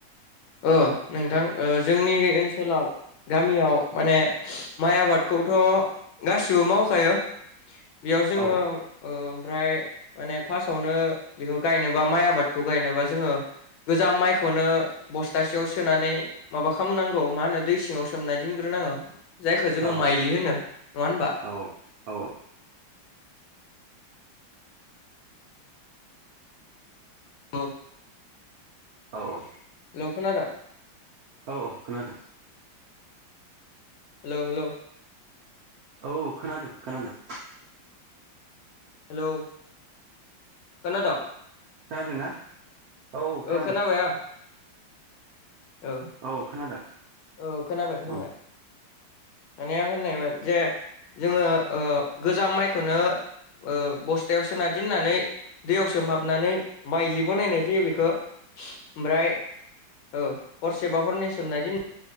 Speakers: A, on the left (about 75°); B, on the right (about 75°).
A: ओ नोंथां जोंनि ओनसोलाव गामियाव माने माइ आबाद खौथ' गासिबो मावखायो बेयाव जोङो
B: औ
A: ओ ओमफ्राय माने फास्टआवनो बेखौ गायनोबा माइ आबादखौ गायनोबा जोङो गोजाम माइखौनो बस्थासेयाव सोनानै माबा खालामनांगौ मा होनो दै सिङाव सोमना दोनग्रोनाङो जायखौ जोङो
B: औ
A: माइलि होनो नङा होनबा
B: औ औ
A: औ
B: औ औ
A: खोनादोंं
B: औ औ खोनादों
A: हेल' हेल'
B: औ औ खोनादों खोनादों
A: हेलौ खोनादोंं
B: खोनादोंना औ औ खोनादों
A: खोनाबाय आं ओ
B: औ खोनादों
A: ओ खोनाबाय खोनाबाय।
B: उम
A: माने आं होननायमोन जे जोङो ओ गोजाम माइखौनो ओ बस्थायाव सोना दोननानै दैयाव सोमहाबनानै माइलि बनायनाय जायो बेखौ
B: <inaudible>
A: ओमफ्राय औ हरसेबा हरनै सोमना दिन